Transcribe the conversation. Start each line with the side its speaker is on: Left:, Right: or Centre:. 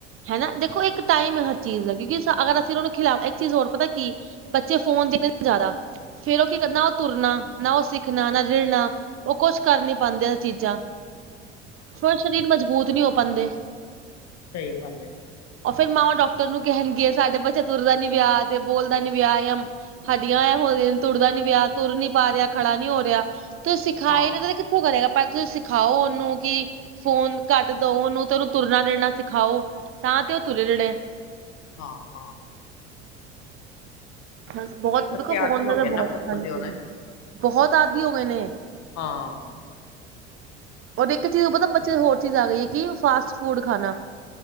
Right: ਹੈਨਾ ਦੇਖੋ ਇੱਕ ਟਾਈਮ ਹੈ ਹਰ ਚੀਜ਼ ਦਾ ਕਿਉਂਕਿ ਅਗਰ ਅਸੀਂ ਉਹਨਾਂ ਨੂੰ ਖਿਲਾਫ਼ ਇੱਕ ਚੀਜ਼ ਹੋਰ ਪਤਾ ਕੀ ਬੱਚੇ ਫੋਨ ਤੇ ਬਿਜੀ ਨੇ ਜਾਦਾ ਫੇਰ ਓ ਕੀ ਨਾ ਓ ਤੁਰਨਾ ਨਾ ਓ ਸਿੱਖਣਾ ਨਾ ਰਿਰਣਾ ਓ ਕੁਛ ਕਰ ਨੀ ਪਾਂਦੇ ਹਰ ਚੀਜ਼ਾਂ ਫਿਰ ਸਰੀਰ ਮਜ਼ਬੂਤ ਨਹੀਂ ਹੋ ਪਾਂਦੇ।
Left: ਸਹੀ ਗੱਲ ਏ।
Right: ਉਹ ਫਿਰ ਮਾਵਾਂ ਡਾਕਟਰ ਨੂੰ ਕੈਂਣਗੇ ਸਾਡੇ ਬੱਚਾ ਤੁਰਦਾ ਨੀ ਪਿਆ ਤੇ ਬੋਲਦਾ ਨੀ ਪਿਆ ਜਾਂ ਹੱਡੀਆਂ ਐ ਹੋਆਂ ਨੇ ਤੁਰਦਾ ਨੀ ਪਿਆ ਤੁਰ ਨੀ ਪਾ ਰਿਆ ਖੜਾ ਨੀ ਹੋ ਰਿਆ ਤੇ ਸਿਖਾਏ
Left: ਹਾਂ
Right: ਨੇ ਤੁ ਕੋ ਕਰੇਗਾ ਪਰ ਤੁਸੀਂ ਸਿਖਾਓ ਉਹਨੂੰ ਕਿ ਫੋਨ ਕੱਟ ਦਓ ਉਹਨੂੰ ਤੇ ਉਹਨੂੰ ਤੁਰਨਾ ਰਿੜਣਾ ਸਿਖਾਓ ਤਾਂ ਤੇ ਓ ਤੁਰੇ ਰਿੜੇ
Left: ਹਾਂ-ਹਾਂ
Right: ਹਾਂਂਜੀ ਬੋਤ
Left: ਬਸ ਬੱਚੇ
Right: ਦੇਖੋ
Left: ਆਦਿ
Right: ਫੋਨ ਦਾ
Left: ਹੋ
Right: ਤਾਂ
Left: ਗਏ
Right: ਬੋਤ
Left: ਨਾ ਫੋਨ
Right: ਹਾਂਜੀ
Left: ਦੇ ਹੁਣ।
Right: ਹ ਬੋਤ ਆਦਿ ਹੋ ਗਏ ਨੇ।
Left: ਹਾਂ
Right: ਔਰ ਇੱਕ ਚੀਜ਼ ਨੂੰ ਪਤਾ ਕੀ ਬੱਚੇ ਚੇ ਹੋਰ ਚੀਜ਼ ਆ ਗਈ ਹੈ ਕਿ ਫਾਸਟ ਫੂਡ ਖਾਣਾ।